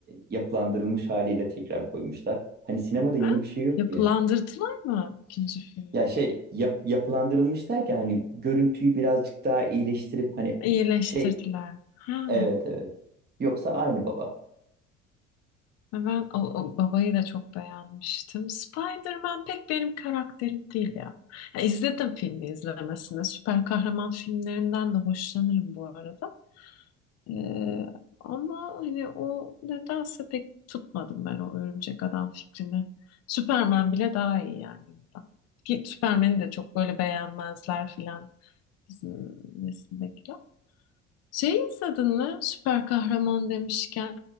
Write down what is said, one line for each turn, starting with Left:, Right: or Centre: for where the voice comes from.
Right: yapılandırılmış haliyle tekrar koymuşlar. Hani sinemada yeni
Left: Ha?
Right: bir şey yok
Left: Yapılandırdılar
Right: ki.
Left: mı ikinci filmi?
Right: Ya şey yap, yapılandırılmış derken hani görüntüyü birazcık daha iyileştirip hani
Left: İyileştirdiler.
Right: şey
Left: Ha.
Right: Evet evet. Yoksa aynı baba.
Left: Ve Ben o, o babayı da çok beğenmiştim. Spider-Man pek benim karakterim değil ya. Ya izledim filmi izlemesine. Süper kahraman filmlerinden de hoşlanırım bu arada. Ee, ama hani o nedense pek tutmadım ben o örümcek adam fikrini. Superman bile daha iyi yani. bundan. Ki Superman'i de çok böyle beğenmezler filan bizim nesildekiler. Şey izledin mi? Süper kahraman demişken.